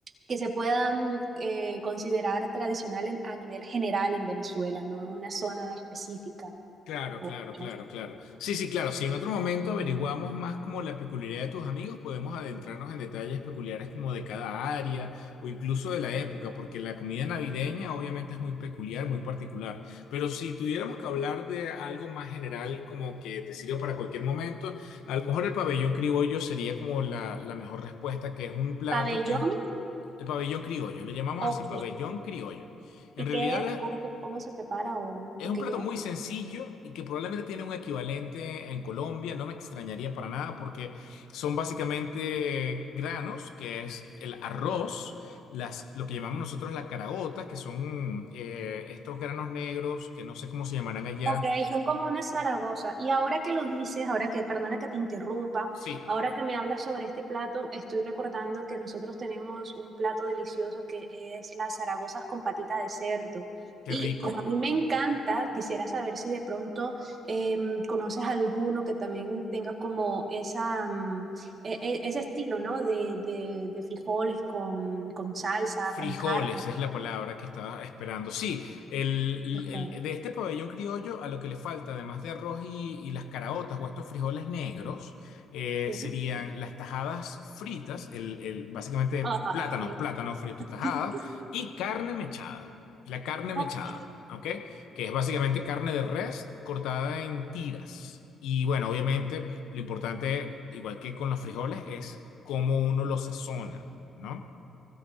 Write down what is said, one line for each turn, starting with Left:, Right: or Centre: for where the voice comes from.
Right: que se puedan eh, considerar tradicional en- a nivel general en Venezuela, no una zona específica.
Left: Claro,
Right: o-
Left: claro, claro,
Right: ¿no?
Left: claro. Sí, sí, claro. Si en otro momento averiguamos más como la peculiaridad de tus amigos, podemos adentrarnos en detalles peculiares como de cada área o incluso de la época, porque la comida navideña obviamente es muy peculiar, muy particular. Pero si tuviéramos que hablar de algo más general, como que te sirve para cualquier momento, a lo mejor el pabellón criollo sería como la, la mejor respuesta, que es un plato
Right: Pabellón,
Left: que es el pabellón criollo. Lo llamamos
Right: ok.
Left: así, pabellón criollo. En
Right: ¿Y
Left: realidad...
Right: qué es? ¿Cómo, cómo se prepara o,
Left: Es
Right: o
Left: un
Right: qué
Left: plato
Right: lleva?
Left: muy sencillo y que probablemente tiene un equivalente en Colombia, no me extrañaría para nada porque son básicamente granos, que es el arroz, las, lo que llamamos nosotros las caraotas, que son eh, estos granos negros que no sé cómo se llamarán allá.
Right: Ok, son como una Zaragoza. Y ahora que lo dices, ahora que, perdona que te interrumpa,
Left: Sí,
Right: ahora que me hablas sobre este plato, estoy recordando que nosotros tenemos un plato delicioso que es las Zaragozas con patita de cerdo.
Left: qué
Right: Y
Left: rico.
Right: como a mí me encanta, quisiera saber si de pronto em, conoces alguno que también tenga como esa, mm, e- e- ese estilo, ¿no? De, de- de frijoles con, con salsa,
Left: Frijoles
Right: con carne.
Left: es la palabra que estaba esperando. Sí, el, el-
Right: Ok,
Left: el- de este pabellón criollo a lo que le falta, además de arroz y, y las caraotas o estos frijoles negros, eh,
Right: sí.
Left: serían las tajadas fritas, el, el- básicamente
Right: Ah,
Left: plátano,
Right: me <laughs>
Left: plátano frito tajada
Right: encanta.
Left: y carne mechada. La carne mechada,
Right: Ok.
Left: ¿ok? Que es básicamente carne de res cortada en tiras. Y bueno, obviamente lo importante, igual que con los frijoles, es cómo uno los sazona, ¿no?